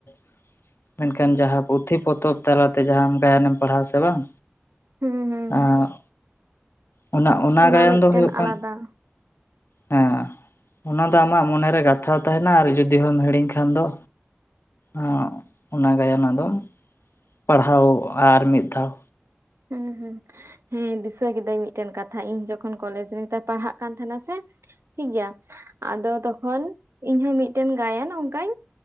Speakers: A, on the left; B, on the right.
A: <inaudible> ᱢᱮᱱᱠᱷᱟᱱ ᱡᱟᱦᱟ ᱯᱩᱛᱷᱤ ᱯᱚᱛᱚᱵ ᱛᱟᱞᱟᱛᱮ ᱡᱟᱦᱟᱸᱢ ᱜᱟᱭᱟᱱᱮᱢ ᱯᱟᱲᱦᱟᱣᱟ ᱥᱮ ᱵᱟᱝ,
B: ᱦᱩᱸ ᱦᱩᱸ
A: ᱟᱻᱜ ᱚᱱᱟ,
B: ᱚᱱᱟ
A: ᱜᱟᱭᱟᱱ
B: ᱢᱤᱫᱴᱮᱱ
A: ᱫᱚ ᱦᱩᱭᱩᱜ ᱠᱟᱱ
B: ᱟᱞᱟᱫᱟ᱾
A: ᱦᱮᱸ ᱚᱱᱟ ᱫᱚ ᱟᱢᱟᱜ ᱢᱚᱱᱮᱨᱮ ᱜᱟᱛᱷᱟᱣ ᱛᱟᱦᱮᱱᱟ ᱟᱨ ᱡᱩᱫᱤ ᱦᱚᱸᱢ ᱦᱮᱲᱤᱧ ᱠᱷᱟᱱ ᱫᱚ, ᱟᱸ ᱚᱱᱟ ᱜᱟᱭᱟᱱ ᱟᱫᱚᱢ ᱯᱟᱲᱦᱟᱣ ᱟᱨ ᱢᱤᱫ ᱫᱷᱟᱣ᱾
B: ᱦᱩᱸ ᱦᱩᱸ᱾ ᱦᱮᱸ ᱫᱤᱥᱟᱹ ᱠᱤᱫᱟᱹᱧ ᱢᱤᱫᱴᱮᱱ ᱠᱟᱛᱷᱟ ᱤᱧ ᱡᱚᱠᱷᱚᱱ ᱠᱚᱞᱮᱡᱽ ᱨᱮ <inaudible> ᱯᱟᱲᱦᱟᱜ ᱠᱟᱱ ᱛᱟᱦᱮᱱᱟ ᱥᱮ, ᱴᱷᱤᱠ ᱜᱮᱭᱟ ᱟᱫᱚ ᱛᱚᱠᱷᱚᱱ ᱤᱧ ᱦᱚᱸ ᱢᱤᱫᱴᱮᱱ ᱜᱟᱭᱟᱱ ᱚᱱᱠᱟᱧ,